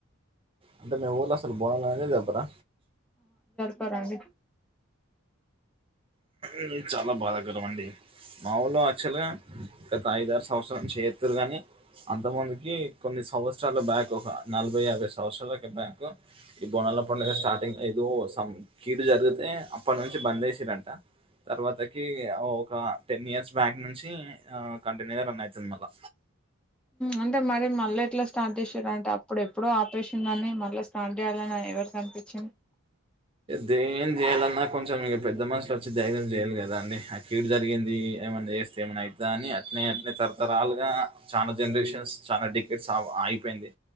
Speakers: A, on the right; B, in the centre.
A: అంటే మీ ఊర్లో అస్సలు బోనాలనేది జరుపరా
B: పరండి
A: ఇది చాలా బాధాకరం అండి మా ఊళ్ళో యాక్చువల్ గా గత ఐదారు సంవత్సరల నుంచి చేత్తుర్రు గాని అంతమందికి కొన్ని సంవత్సరాల్లో బ్యాక్ ఒక నలభై యాభై సంవత్సరాలకి బ్యాక్ ఈ బోనల పండగ స్టార్టింగ్ ఎదో సం కీడు జరుగుతే తే అప్పటి నుంచి బంద్ చేసిర్రంట తర్వాతకి ఒక టెన్ ఇయర్స్ బ్యాక్ నుంచి ఆ కంటిన్యూగా రన్ అయితుంది మళ్ళా
B: అంటే మరి మళ్ళీ ఎట్లా స్టార్ట్ చేసిర్రు అంటే అప్పుడెప్పుడో ఆపేసిందని మళ్ళీ స్టార్ట్ చేయాలని ఎవరికనిపిచ్చింది
A: ది ఏం చేయ్యాలన్నా కొంచెం ఇక పెద్ద మనుషులు వచ్చి ధైర్యం చేయాలి కదా అండి ఆ కీడు జరిగింది ఏమన్నా చేస్తే ఏమన్నా అయితదా అని అట్నే అట్నే తరతరాలుగా చానా జనరేషన్స్ చానా టికెట్స్ అయిపోయింది